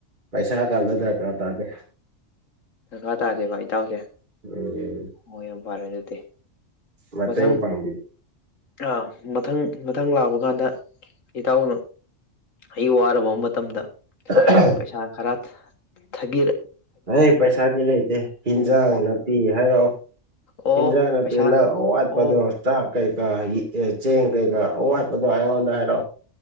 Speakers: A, on the right; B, on the left.
A: ꯄꯩꯁꯥ ꯀꯗꯗ꯭ꯔ ꯀꯥ ꯇꯥꯗꯦ
B: ꯗꯔꯥ ꯇꯥꯔꯦꯕ ꯏꯇꯥꯎꯁꯦ
A: ꯎꯝ
B: ꯍ ꯌꯥꯝ ꯐꯔꯦ ꯑꯗꯨꯗꯤ
A: ꯃꯇꯦꯡ
B: ꯃꯊꯪ
A: ꯄꯥꯝꯕꯤ
B: ꯑꯥ ꯃꯊꯪ ꯃꯊꯪ ꯂꯥꯛꯄ ꯀꯥꯟꯗ ꯏꯇꯥꯎꯅ ꯑꯩ ꯋꯥꯔꯕ ꯃꯇꯝꯗ
A: <unintelligible>
B: ꯄꯩꯁꯥ ꯈꯔ ꯊꯒꯔ
A: ꯑꯩ ꯄꯩꯁꯥꯗꯤ ꯂꯩꯇꯦ ꯍꯟꯖꯥꯡ ꯅꯥꯄꯤ ꯍꯥꯏꯔꯛꯑꯣ
B: ꯑꯣ
A: ꯏꯖꯒ ꯅ
B: ꯄꯩꯁꯥ
A: ꯄꯤ ꯅ ꯋꯥꯄꯊ
B: ꯑꯣ
A: <inaudible> ꯆꯥꯛ ꯀꯩꯀꯥ ꯑꯦ ꯆꯦꯡ ꯀꯩꯀꯥ ꯑꯋꯥꯠꯄꯗꯣ ꯑꯩꯉꯣꯟꯗ ꯍꯥꯏꯔꯣꯑꯣ